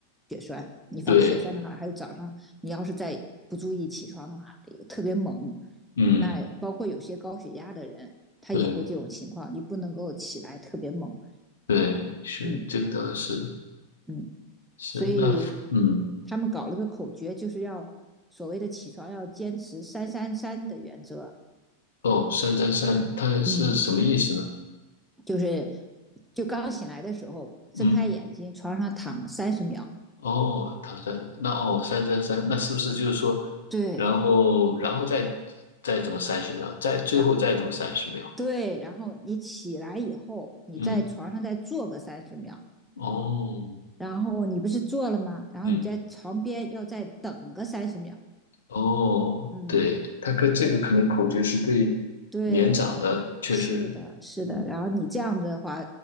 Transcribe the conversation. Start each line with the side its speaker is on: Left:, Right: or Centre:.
Centre: 血血栓。你防止血栓的话，
Left: 对，
Centre: 还有早上你要是再不注意起床的话，也特别猛。
Left: 嗯，
Centre: 那包括有些高血压的人，他也会这种情况，
Left: 对。
Centre: 你不能够起来特别猛。
Left: 对，是，
Centre: 嗯
Left: 这个倒是
Centre: 嗯，
Left: 是，
Centre: 所以
Left: 那嗯。
Centre: 他们搞了个口诀，就是要所谓的起床要坚持三三三的原则。
Left: 哦，三三三，它是什么意思呢？
Centre: 嗯，就是就刚醒来的时候，睁开眼睛，
Left: 嗯，
Centre: 床上躺了三十秒。
Left: 哦，唐山，那哦，三三三，那是不是就是说，
Centre: 对，
Left: 然后然后再再怎么三十秒，再最后再怎么三十秒？
Centre: 啊、对，然后你起来以后，你在床上再坐个三十秒。
Left: 嗯，哦，
Centre: 然后你不是做了吗？然后你在床边要再等个三十秒。
Left: 嗯，哦，
Centre: 嗯，
Left: 对，他跟这个可能口诀是对年长的，
Centre: 对，
Left: 确实，
Centre: 是的，是的。
Left: 嗯，
Centre: 然后你这样的话，